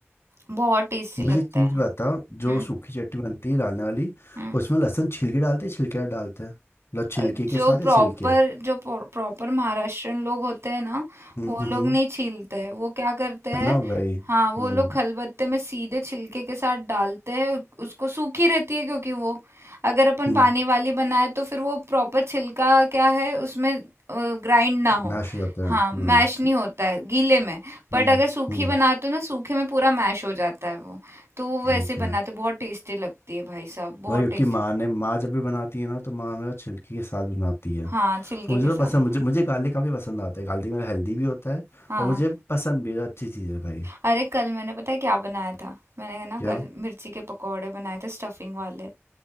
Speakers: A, on the right (about 70°); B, on the left (about 60°).
A: बहुत टेस्टी
B: मुझे
A: लगता
B: एक चीज
A: है
B: बता जो
A: हम्म
B: सूखी चटनी बनती है डालने वाली
A: हम्म
B: उसमें लहसुन छिलके डालते हैं छिलके ना डालते हैं मतलब छिलके
A: अ,
B: के
A: जो
B: साथ या
A: प्रॉपर
B: छिलके
A: जो प्रॉपर महाराष्ट्रियन लोग होते हैं ना
B: हम्म
A: वो
B: हम्म
A: लोग
B: हम्म,
A: नहीं छीलते वो क्या करते हैं
B: है ना भाई हम्म
A: हाँ वो लोग खलबत्ते में सीधे छिलके के साथ डालते हैं उ- उसको सूखी रहती है क्योंकि वो अगर अपन
B: हम्म
A: पानी वाली बनाए तो फिर वो प्रॉपर छिलका क्या है उसमें ग्राइंड ना हो
B: मैश हो जाता
A: हाँ
B: है हम्म
A: मैश नहीं होता है गीले में बट
B: हम्म
A: अगर सूखी
B: हम्म
A: बनाते हो ना सूखे में पूरा मैश हो जाता है वो तो वो वैसे
B: ओके
A: बनाते बहुत टेस्टी लगती है भाई साहब बहुत
B: भाई क्योंकि
A: टेस्टी
B: माँ ने माँ जब भी बनाती है ना तो माँ हमेशा छिलकी के साथ बनाती है
A: हाँ छिलके
B: तो मुझे
A: के
B: तो
A: साथ
B: पसंद मुझे मुझे गार्लिक काफ़ी पसंद आता है गार्लिक मेरा हेल्दी भी होता है
A: हाँ
B: और मुझे पसंद भी है, अच्छी चीज़ है भाई
A: अरे कल मैंने पता है क्या बनाया था मैंने ना
B: क्या
A: कल मिर्ची के पकोड़े बनाए थे स्टफिंग वाले